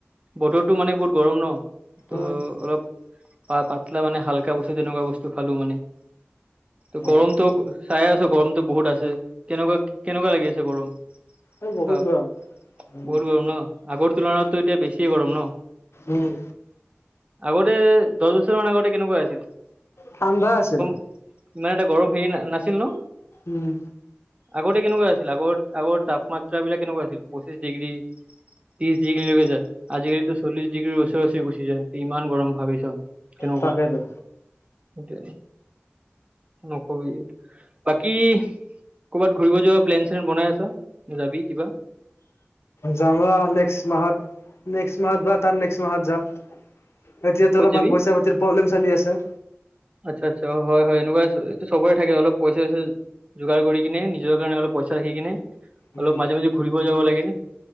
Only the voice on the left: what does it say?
উম
অ
এই বহুত
গৰম উম
উম
ঠান্দা আছিল।
উম
তাকেতো
যাম ৰহ নেক্সট মাহত নেক্সট মাহত বা তাৰ নেক্সট মাহত যাম। এতিয়াতো
অলপমান
পইচা পাতিৰ প্ৰব্লেম চলি আছে।
উম